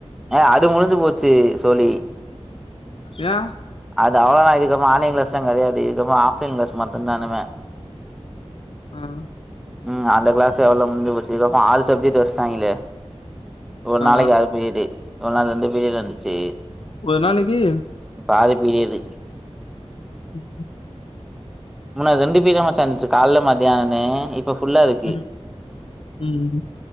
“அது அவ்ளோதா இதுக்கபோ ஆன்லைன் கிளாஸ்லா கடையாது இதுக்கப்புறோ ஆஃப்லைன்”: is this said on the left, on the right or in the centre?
Centre